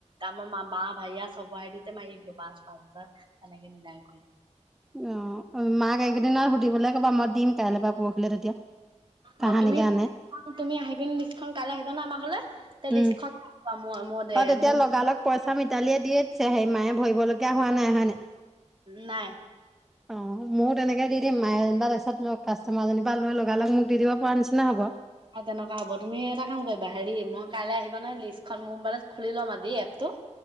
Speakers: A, on the right (about 40°); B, in the centre.
A: আমাৰ মামা ভাইয়া আমাৰ চবৰে আই ডি তে মাৰি দিলোঁ পাঁচ পাঁচ হাজাৰ তেনেকে মিলাই কৰি।
B: অ মাক এইকেইদিনৰ সুধিবলৈ ক'বা মই দিম কাইলৈ বা পৰহিলে তেতিয়া। কাহানিকে
A: অ তুমি
B: আনে
A: তুমি আহি পিনে লিষ্টখন কাইলে আহিবা না আমাৰ ঘৰলে।
B: উম
A: লিষ্টখন ম দে
B: অ তেতিয়া
A: মোৰ
B: লগালগ পইচা মিতালীয়ে দিয়ে দিছে সেই মায়ে ভৰিবলগীয়া হোৱা নাই হয় নাই।
A: নাই।
B: উ <inaudible> অ মইয়ো তেনেকে দি দিম মায়ে যেনিবা তাৰপিছত কাষ্টমাৰ জনিৰ পৰা লৈ লগা লগ মোক দি দিব পৰা নিচিনা হ'ব।
A: অ তেনেকুৱা হ'ব তুমি এটা কাম কৰিবা হেৰি মই কাইলে আহিবা নহয় লিষ্টখন মোৰ মোবাইলত খুলি ল'ম আজি এ প